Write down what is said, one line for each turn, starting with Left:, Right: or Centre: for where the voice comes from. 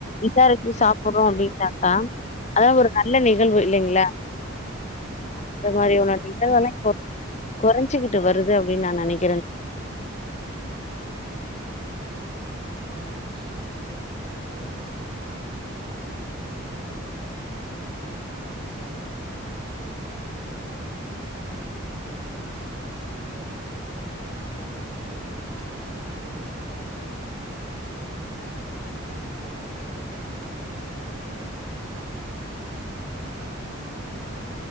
Left: விசாரிச்சு சாப்பர்றோ அப்டின் டா
Right: ம்.
Left: அதெல்லா ஒரு நல்ல நிகழ்வு இல்லைங்க ளா
Right: ஆமா தோழி
Left: அந்த மாரி ஒரு நிகழ்வெலா இப்போ கொறஞ்சுகிட்டு வருது அப்டின் நா நெனைக்
Right: ஆமா தோழி கண்டிப்பா தோழி எனக்கு தெரிஞ்சு மின்ன எல்லா கூட் டு நெறையா நிகழ்ச்சிக்லா போயிருக்கோ தோழி மின்னாடி ஒரு நாலு வருஷத்துக்கு முன்னாடி இப்பல்லா வந்து அந்த அளவுக்கு நா பெருசாலாம் போனதில்ல தோழி ஒன்னு ரெண்டு நிகழ்ச்சிக்குன் தான் தோழி நா போயிருக்க அது ஆனா வந்து எனக்கு ஆசையா இருக்கு தோழி இந்த மாரி அந்த போனு பிறந்தநாள் பங்க்ஷன் கல்யாண இது அதுக்லா போனு நாலு பேர பா நாலு பேரை பாக்லாம் கொள்ள